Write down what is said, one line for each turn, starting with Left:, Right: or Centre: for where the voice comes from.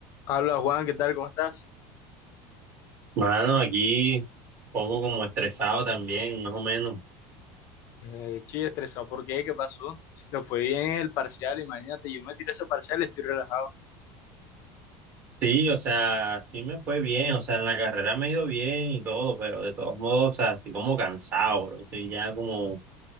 Left: Habla Juan, ¿qué tal? ¿Cómo estás?
Right: Mano, aquí un poco como estresado también, más o menos.
Left: Eh, estoy estresado. ¿Por qué? ¿Qué pasó? Si te fue bien el parcial, imagínate, yo me tiré ese parcial, estoy relajado.
Right: Sí, o sea, sí me fue bien, o sea, en la carrera me ha ido bien y todo, pero de todos modos, o sea, estoy como cansado, bro. Estoy ya como, o